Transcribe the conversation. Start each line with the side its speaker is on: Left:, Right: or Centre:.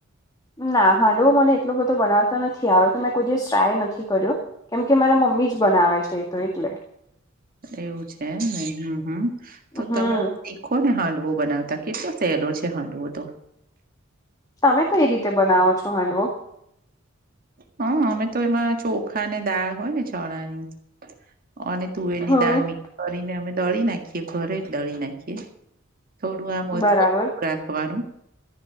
Left: ના હાંડવો મને એટલો બધો બનાવતા નથી આવડતો મેં કોઈ દિવસ ટ્રાય નથી કર્યો. કેમ કે મારા મમ્મી જ બનાવે છે એ તો એટલે.
Right: એવું છે એમ ને, હમ્મ હમ્મ, તો
Left: હમ
Right: તમે શીખ કોને હાન્ડવો બનાવતા કેટલો સહેલો છે હાન્ડવો તો.
Left: તમે કઈ રીતે બનાવો છો હાન્ડવો?
Right: હ અમે તો એમાં ચોખા ને દાળ હોય ને ચણાની અને તુવેરની
Left: હમ
Right: દાળ મિકસ કરીને અમે દળી નાખીએ ઘરે જ દળી નાખીએ. થોડું આ મોટુ
Left: બરાબર
Right: રાખવાનું